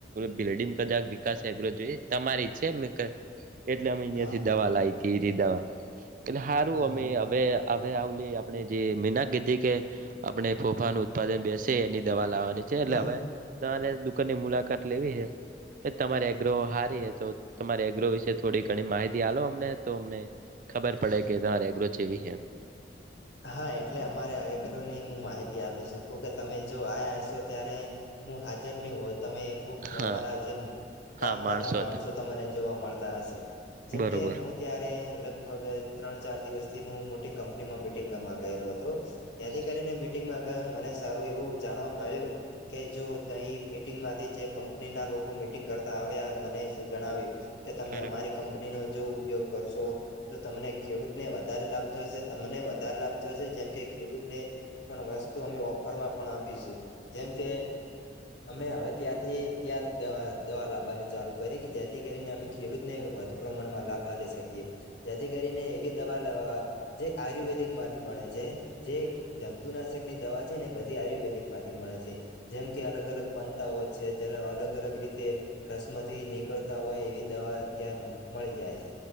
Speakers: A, on the right; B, on the left.
A: બિલ્ડીમ કદાચ વિકાસ એેગ્ર જોઈ તમારી ઈચછ એટલે અમે અહિયાં
B: હા
A: થી
B: હા
A: દવા લાવી ત ઈ રિ દવા એટલે સારું
B: હા
A: અમે
B: હા
A: હ હવે આવલી આપણે જે મીના કીધી કે આપણે ફોફાનું ઉત્પાદન બેસે એની દવા લાવવાની છે એટલે
B: હા
A: હવે તમારે દુકાનની મુલાકાત લેવી હ તમારી એગ્રો હારી હ તો તમારી એગ્રો વિશે થોડી ઘણી માહિતી આલો અમને તો અમને તો ખબર પડે કે તમારે એગ્રો છે કે એમ.
B: હા એટલે અમારે એકકરોની હું માહિતી આપી શકું કે તમે જો આ્યા હસો ત્યારે હું હાજર નહી હો તમે કોક
A: હા
B: અમારા જે કામ
A: હા
B: કરતા માણસો
A: હતા
B: ને જોવા મળતા હશે જેમકે
A: બરોબર
B: ત્યારે લગભગ ત્રણ ચાર દિવસથી હું મોટી કંપનીમાં મીટિંગમાં ગયેલો હતો. ત્યાથી
A: હમ
B: કરીને મિટિંગમાં ગયો મને સારું એવું જાણવા મળ્યું કે જો તઈ મીટિંગ માંથી જે કંપની ના લોકો મિટિંગ કરતા આવ્યા મને જણાવ્યું કે તમે
A: બરોબર
B: અમારી કંપનીના જો ઉપયોગ કરશો તો તમને ખેડૂતને વધારે લાભ થશે તમને વધાર લાભ થાયશે જેમ કે ખેડૂતને પણ વસ્તુ અમે ઓફરમાં પણ આપીશું જેમ કે અમે હવે ત્યાંથી ત્યાં દવા દવા લાવવાની ચાલુ કરીએ કે જેથી કરીને અમે ખેડૂતને વધુ પ્રમાણમાં લાભ આલી શકીએ. જેથી કરીને એવી દવા લ જે આયુર્વેદિક માંથી બણે છે જે જંતુનાશક ની દવા છે ને બધી આયુર્વેદિક માંથી બણે છે. જેમ કે અલગ અલગ પંતાઓ છે જેને અલગ અલગ રીતે રસમથી નીકળતા હોય એવી દવા ત્યાં મળી જાય છે.